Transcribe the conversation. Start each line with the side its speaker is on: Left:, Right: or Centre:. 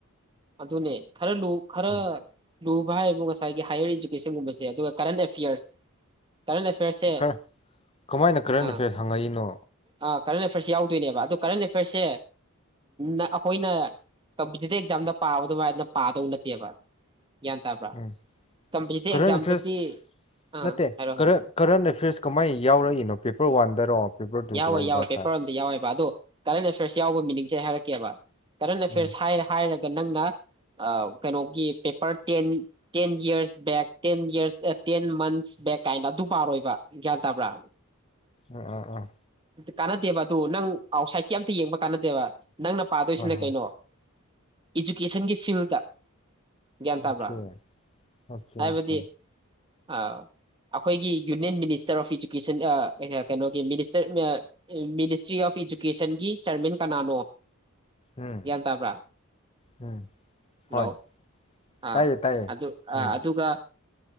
Right: ꯑꯗꯨꯅꯦ ꯈꯔ ꯈꯔ
Left: ꯎꯝ
Right: ꯂꯨꯕ ꯍꯥꯏꯕꯨ ꯉꯁꯥꯏꯒꯤ ꯍꯥꯏꯌꯔ ꯏꯗꯨꯀꯦꯁꯟꯒꯨꯝꯕꯁꯦ ꯑꯗꯨꯒ ꯀꯔꯦꯟ ꯑꯦꯐꯤꯌꯔꯁ ꯀꯔꯦꯟ ꯑꯦꯐꯦꯌꯔꯁꯦ
Left: ꯈꯔ ꯀꯃꯥꯏꯅ ꯀꯔꯦꯟ
Right: ꯑꯥ
Left: ꯑꯦꯐꯤꯌꯔꯁ ꯍꯪꯉꯛꯏꯅꯣ
Right: ꯑꯥ ꯀꯔꯅꯦ ꯐ꯭ꯔꯁꯤ ꯌꯥ ꯇꯅꯦ ꯑꯗꯨ ꯀꯔꯦꯟ ꯑꯦꯐꯤꯌꯔꯁꯦ ꯑꯩꯈꯣꯏꯅ ꯀꯝꯄꯤꯇꯤꯇꯤꯞ ꯑꯦꯛꯖꯥꯝꯗ ꯄꯥꯕ ꯑꯗꯨꯃꯥꯏꯅ ꯄꯥꯗꯧ ꯅꯠꯇꯦꯕ ꯒ꯭ꯌꯥꯟ ꯇꯥꯕ꯭ꯔꯥ
Left: ꯎꯝ
Right: ꯀꯝꯄꯤꯇꯤꯇꯤꯚ
Left: ꯀꯔꯦꯟ
Right: ꯑꯦꯛꯖꯥꯝꯗꯗꯤ
Left: ꯑꯦꯐꯤꯌꯔꯁ
Right: ꯑꯥ
Left: ꯅꯠꯇꯦ
Right: ꯍꯥꯏꯔꯣ ꯍꯥꯏꯔꯣ
Left: ꯀꯔꯦꯟ ꯀꯔꯦꯟ ꯑꯦꯐꯤꯌꯔꯁ ꯀꯃꯥꯏꯅ ꯌꯥꯎꯔꯛꯏꯅꯣ ꯄꯦꯄꯔ ꯋꯥꯟꯗꯔꯣ ꯄꯦꯄꯔ ꯇꯨꯗꯔꯣ
Right: ꯌꯥꯎꯋꯦ
Left: ꯑꯩ
Right: ꯌꯥꯎꯋꯦ
Left: ꯚꯥꯞ
Right: ꯄꯦꯄꯔ
Left: ꯇꯥꯗꯦ
Right: ꯑꯝ ꯌꯥꯎꯋꯦꯕ ꯑꯗꯣ ꯀꯔꯦꯟ ꯑꯦꯐꯤꯌꯔꯁ ꯌꯥꯎꯕ ꯃꯤꯅꯤꯡ ꯁꯦ ꯍꯥꯏꯔꯛꯀꯦꯕ ꯀꯔꯦꯟ ꯑꯦꯐ꯭ꯌꯔꯁ
Left: ꯎꯝ
Right: ꯍꯥꯏ ꯍꯥꯏꯔꯒ ꯅꯪꯅ ꯀꯩꯅꯣꯒꯤ paper ten ten years back ten years ten months back ꯀꯥꯏꯅ ꯑꯗꯨ ꯄꯥꯔꯣꯏꯕ ꯒ꯭ꯌꯥꯟ ꯇꯥꯕ꯭ꯔꯥ
Left: ꯎꯝ ꯎꯝ ꯎꯝ
Right: ꯀꯥꯟꯅꯗꯦꯕ ꯑꯗꯨ ꯅꯪ ꯑꯥꯎꯠꯁꯥꯏꯠꯀꯤ ꯑꯝꯇ ꯌꯦꯡꯕ ꯀꯥꯟꯅꯗꯦꯕ ꯅꯪꯅ ꯄꯥꯗꯣꯏꯁꯤꯅꯦ
Left: ꯍꯣꯏ ꯍꯣꯏ
Right: ꯀꯩꯅꯣ ꯏꯖꯨꯀꯦꯁꯟꯒꯤ ꯐꯤꯜꯗ ꯒ꯭ꯌꯥꯟ ꯇꯥꯕ꯭ꯔꯥ
Left: ꯑꯣꯀꯦ ꯑꯣꯀꯦ
Right: ꯍꯥꯏꯕꯗꯤ
Left: ꯑꯣꯀꯦ
Right: ꯑꯩꯈꯣꯏꯒꯤ ꯌꯨꯅꯤꯌꯟ ꯃꯤꯅꯤꯁꯇꯔ ꯑꯣꯐ ꯏꯖꯨꯀꯦꯁꯟ ꯀꯩꯅꯣꯒꯤꯅꯤ ꯃꯤꯅꯤꯁꯇ꯭ꯔꯤ ꯑꯣꯐ ꯏꯗꯨꯨꯀꯦꯁꯟꯒꯤ ꯆꯤꯔꯃꯦꯟ ꯀꯅꯥꯅꯣ
Left: ꯎꯝ
Right: ꯒ꯭ꯌꯥꯟ ꯇꯥꯕ꯭ꯔꯥ
Left: ꯎꯝ
Right: ꯍꯜꯂꯣ
Left: ꯍꯣꯏ
Right: ꯑꯥ
Left: ꯇꯥꯏꯌꯦ ꯇꯥꯏꯌꯦ
Right: ꯑꯗꯨ
Left: ꯎꯝ
Right: ꯑꯗꯨꯒ